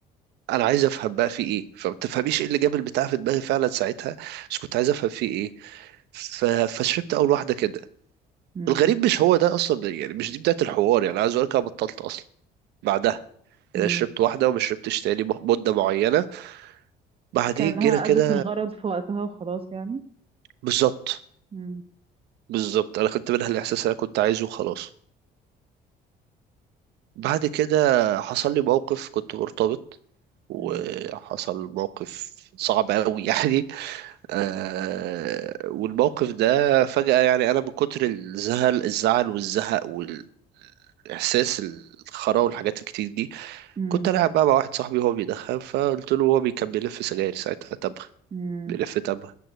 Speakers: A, on the right (about 80°); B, on the right (about 35°).
A: انا عايز افهم بقى في ايه فما تفهميش ايه اللي جاب البتاع في دماغي فعلا ساعتها بس كنت عايز افهم في ايه ف... فشربت اول واحده كده
B: امم
A: الغريب مش هو ده اصلا يعني مش دي بدايه الحوار يعني عايز اقول لك انا بطلت اصلا بعدها يعني
B: امم
A: شربت واحده وما شربتش تاني مده معينه بعدين
B: كأنها
A: جينا كده
B: أدت الغرض في وقتها وخلاص يعني
A: بالظبط
B: امم
A: بالظبط انا خدت منها الاحساس اللي انا كنت عايزه وخلاص بعد كده حصل لي موقف كنت مرتبط وحصل
B: امم
A: موقف صعب قوي <laughs> يعني آه والموقف ده فجأة يعني انا من كتر الزهل الزعل والزهق والاحساس الخرا والحاجات الكتير دي
B: امم
A: كنت العب بقى مع واحد صاحبي وهو بيدخن فقلت له هو بي- كان بيلف سجاير ساعتها تبغ
B: امم
A: بيلف تبغ